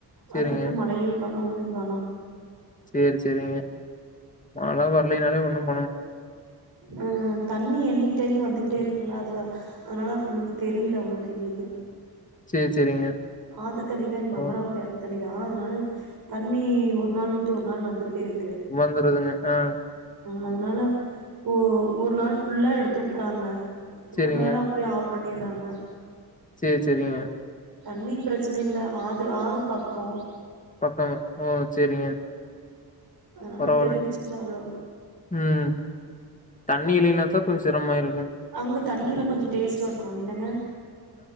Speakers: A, on the left; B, on the right.
A: சேரிங்க.
B: அதுக்கப்பறம் மழையும் காணும் ஒண்ணும் காணும்
A: சேரி சேரிங்க மழ வரலைனாலே ஒணும்
B: ஆ தண்ணி எனி டைம் வந்துகிட்டே இருக் ங்ளா அதுவா அதனால உங்களுக்கு தெரியல அவ்ளுக்கு எங்களுக்கு
A: சேரி சேரிங்க.
B: ஆத்து தண்ணிதா இங்க
A: பரவா
B: அமராவதி ஆத்து தண்ணிதா அதனால தண்ணி ஒரு நாள் விட்டு ஒரு நாள் வந்துகிட்டே இரு
A: வந்துருதுங்க அ
B: அதுனால இப்போ ஒரு நாள் ஃபுல்லா எடுத்து வுட்றாங்க
A: சேரிங்க.
B: ஒரு நாள் அப்டியே ஆப் பண்ணீர்றாங்க
A: சேரி சேரிங்க
B: தண்ணிக் பிரச்சனை இல்ல ஆதுறு ஆறூ பக்கோ
A: பக்கங் ஓ சேரிங்க
B: அதுனால
A: பரவால்லைங்க.
B: தெரிவிச்சுக்கல அவ்ளோ
A: ம். தண்ணி இல்லைனா தான் கொஞ்சம் சிரமமா இருக்கும்.
B: அங்க தண்ணி எல்லா கொஞ்சோ டேஸ்டா இருக்கு என்னங்க